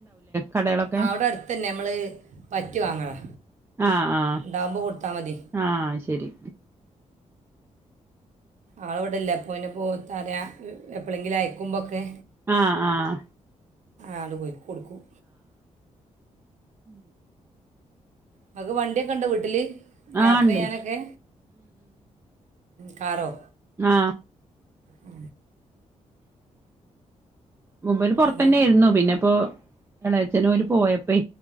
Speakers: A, on the right; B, on the right.
A: കടകളൊക്കെ
B: ആ അവിടെ അടുത്ത് തന്നെ നമ്മള് പറ്റ് വാങ്ങലാ
A: ആഹ് ആഹ്
B: ഉണ്ടാവുമ്പോ കൊടുത്താൽ മതി
A: ആഹ് ശരി
B: ആള് ഇവിടെല്ല അപ്പെ പോ തരാ എപ്പോളെങ്കിലും അയക്കുമ്പോക്കെ
A: ആഹ് ആഹ്
B: ആള് പോയിക്കൊടുക്കും
A: ഉ
B: ങ്ങക്ക് വണ്ടിയൊക്കെ ഉണ്ടോ വീട്ടില് യാത്ര
A: ആഹ് ഉണ്ടേ
B: ചെയ്യാനൊക്കെ കാറോ
A: ആ
B: ആ
A: മൂപ്പര് പൊറത്തന്നെ
B: ഞങ്ങൾ
A: യിരുന്നു പിന്നെപ്പോ എളാഛന് ഓര് പോയപ്പേ